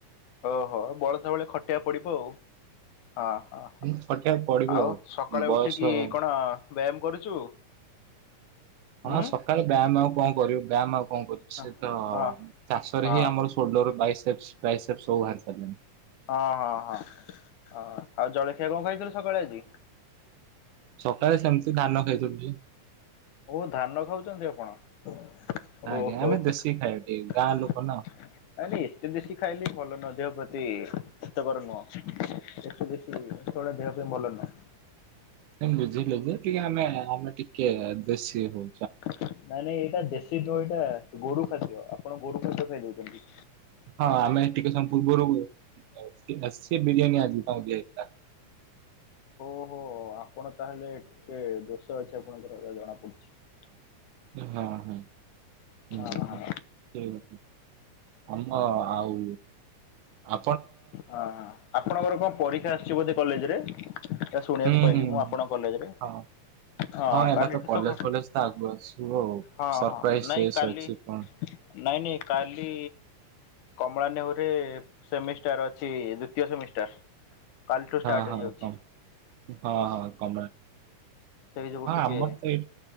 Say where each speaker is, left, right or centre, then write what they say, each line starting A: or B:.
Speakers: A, on the left (about 75°); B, on the right (about 75°).
A: ଓହୋ ବଳଦ ଭଳିଆ ଖଟିବାକୁ ପଡିବ ଆଉ ହଁ ହଁ
B: ଉଁ,
A: ହଁ
B: ଖଟିବାକୁ ପଡିବ
A: ଆଉ ସକାଳେ
B: ବୟସ
A: ଉଠିକି କଣ ବ୍ୟାୟାମ୍ କରୁଛୁ?
B: ହଁ
A: ଉଁ
B: ସକାଳେ ବ୍ୟାୟାମ ଆଉ କଣ କରିବୁ ବ୍ୟାୟାମ ଅ କଣ କରୁଛି ସେ
A: ହଁ
B: ତ
A: ହଁ
B: ଚାଷରେ
A: ହଁ
B: ହିଁ ଆମର ସୋଲଡର ବାଇସେସ ବାଇସେସ ବାହାରି ସାରିଲାଣି।
A: ହଁ ହଁ ହଁ ଆଉ ଜଳଖିଆ କଣ ଖାଇଥିଲୁ ସକାଳେ ଆଜି?
B: ସକାଳେ ସେମିତି ଧାନ ଖାଇଥିଲୁ ଜି
A: ଓ ଧାନ ଖାଉଛନ୍ତି ଆପଣ
B: ଆଜ୍ଞା
A: ଓହୋ।
B: ଆମେ ଦେଶୀ ଖାଇବା ଟିକେ
A: ନାଇଁ
B: ଗାଁ ଲୋକ ନା।
A: ନାଇଁ ଏତେ ଦେଶୀ ଖାଇଲେ ବି ଭଲ ନୁହଁ, ଦେହ ପ୍ରତି ହିତକର ନୁହଁ ଦେଶୀ ଦେଶୀ ଜିନିଷ ଗୁରା ଦେହ ପାଇଁ ଭଲ ନୁହଁ।
B: ସେ ବୁଝିଲେ ଯେ ଟିକେ ଆମେ ଆମେ ଟିକେ ବେଶି ହଉ।
A: ନାଇଁ ନାଇଁ ଏଇଟା ଦେଶୀ ନୁହଁ ଏଇଟା ଗୋରୁ ଖାଦ୍ୟ। ଆପଣ ଗୋରୁ ଖାଦ୍ୟ ଖାଇଦୋଉଛନ୍ତି।
B: ହଁ ଆମେ ଟିକେ ସମୟ ପୂର୍ବରୁ ଆସିଚି ବିରିୟାନୀ ଆଜି। <unintelligible>
A: ଓହୋ ଆପଣ ତାହେଲେ ଟିକେ ଦୋଷ ଅଛି ଆପଣଙ୍କର ଯାହା ଜଣା ପଡୁଛି।
B: ହଁ ହଁ। <unintelligible>
A: ହଁ ହଁ
B: ଆମ ଆଉ ଆ
A: ହଁ ଆପଣଙ୍କର କଣ ପରୀକ୍ଷା ଆସିଛି ବୋଧେ କଲେଜରେ ତା ଶୁଣିବାକୁ
B: ହୁଁ
A: ପାଇଲିି
B: ହୁଁ
A: ମୁଁ ଆପଣଙ୍କ କଲେଜରେ
B: ହଁ
A: ହଁ
B: ଏଇନା
A: କାଲିଠୁ
B: ତ କଲେଜ
A: ସ କ
B: ଫଲେଜ ତ ଆଗକୁ ଆସିବ ଆଉ।
A: ହଁ
B: ସରପ୍ରାଇଜ
A: ହଁ
B: ଚେସ୍
A: ନାଇଁ କାଲି
B: ଅଛି କଣ
A: ନାଇଁ ନାଇଁ କାଲି କମଳା ନେଉ ସେମିଷ୍ଟାର୍ ଅଛି ଦ୍ଵିତୀୟ ସେମିଷ୍ଟାର୍ କାଲିଠୁ ଷ୍ଟାର୍ଟ
B: ହଁ ହଁ
A: ହୋଇଯାଉଛି।
B: କମ୍ ହଁ ହଁ <unintelligible>
A: ସେଇ ଯୋଗୁ ଟିକେ
B: ଆମର ତ ଏଠି